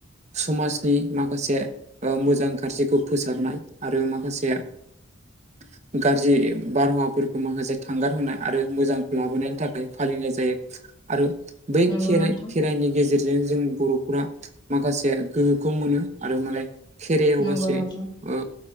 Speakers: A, on the right; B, on the left.
A: समाज नि माखासे ओ मोजां गाज्रिखौ फोसाबनाय आरो माखासे <inaudible> गाज्रि बारहावाफोरखौ माखासे थांगार होनाय आरो मोजांखौ लाबोनायनि थाखाय फालिनाय जायो आरो बै
B: नंगौ
A: खेराइ
B: नोंथां
A: खेराइनि गेजेरजों जों बर'फोरा माखासे गो खौ मोनो आरो माने खेरायाव
B: नंगौ
A: गासै
B: नोंथां
A: ओ